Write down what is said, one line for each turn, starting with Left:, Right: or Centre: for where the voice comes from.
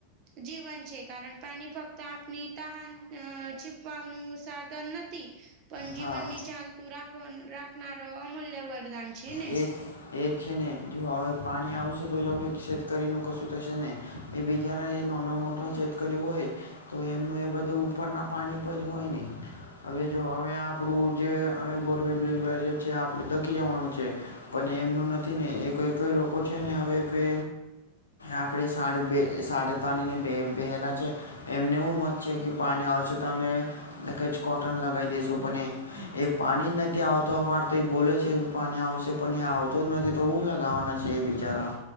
Right: જીવન છે કારણ પાણી ફક્ત આપની તહાન અ છીપવાનું સાધન નથી. પણ
Left: હા
Right: જીવનની ચાલતું રાખવાન રાખનાર અમૂલ્ય વરદાન છે ને.
Left: એ એ જ છે ને જો હવે પાણી આવશે તોજ હવ શેતકરીનું કશું થશે ને. એ બીજા એ નાનો મોટો
Right: હા
Left: શતકરી હોય તો એમનું એ બધું ઉપરના પાણી. ઉપ હોય ન હવે. જો હવે આપણું જે હવે બોરવેલી છે આપડે ધકી જવાનું છે. પણ એમનું નથી ને એઈ લોકો છે ને હવે કે. આપણે સા સાડ તાણીને બેહેલા છે એમને એવું મત છે કે. પાણી આવશે તો અમે લખ જ કોટન લગાવી દઈશું પણ. એ પાણી નથી આવતો ફર તો એ બોલે છે પાણી આવશે. પણ એ આવતો જ નથી તો હું લગાવવાના છે એ બિચારા